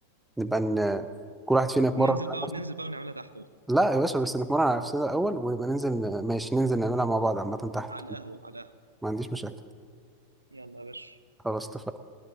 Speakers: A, in the centre; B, on the right (about 80°).
A: نبقى ن... كل واحد فينا يتمرن
B: ننزل
A: على
B: بقى
A: نفسه
B: ننزل بقى ونعملها تحت بقى
A: لا يا باشا بس نتمرن على نفسنا الأول ونبقى ننزل ماشي ننزل نعملها مع بعض عامة تحت
B: على القهوة على القهوة
A: ما عنديش مشاكل
B: يلا يا باشا
A: خلاص اتفقنا